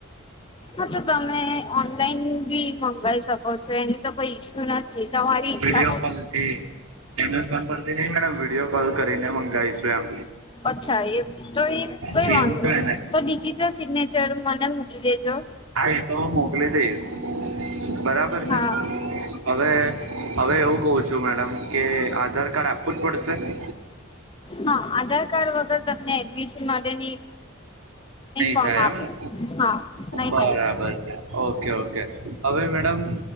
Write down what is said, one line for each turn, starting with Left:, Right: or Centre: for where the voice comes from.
Left: હા તો તમે ઓનલાઈન બી મંગાવી શકો છો એનું તો કોઈ ઈશ્યુ નથી. તમારી ઈચ્છા
Right: વિડીયો
Left: છે.
Right: કોલથી એમેઝોન પરથી નઈ મેડમ વિડીયો કોલ કરીને મંગાવીશું.
Left: અચ્છા એ તો એ કઈ
Right: ત એવું
Left: વાંધો
Right: કેયને
Left: તો ડિજિટલ સિગ્નેચર મને મુકલી દેજો.
Right: હા એ તો હું મોકલી દઈશ. બરાબર છે
Left: હા
Right: હવે હવે એવું કઉ છું મેડમ કે આધાર કાર્ડ આપ આપવુંજ પડશે ને.
Left: હા આધાર કાર્ડ વગર તમને એડમિશન માટેની
Right: નહી
Left: ફોર્મ
Right: થાય
Left: આપે
Right: એમને.
Left: હા નહી
Right: બરાબર
Left: થાય
Right: છે ઓકે ઓકે હવે મેડમ